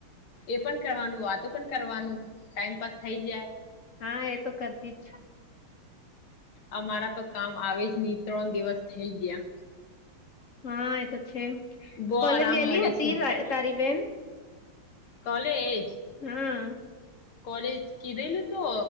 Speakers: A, on the left (about 75°); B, on the left (about 55°).
A: એ પણ કરવાનું, વાતો પણ કરવાનું, ટાઈમપાસ થઈ જાય.
B: હા એ તો કરતી જ છે.
A: અમારા તો કામ આવે જ ની, ત્રણ દિવસ થઈ ગયા.
B: હા એ તો છે.
A: બહુ
B: કોલેજ
A: આરામ
B: ગેયલી
A: મળે
B: હતી
A: છે
B: તારી બેન?
A: કોલેજ?
B: હમ
A: કોલેજ કીધેલું તો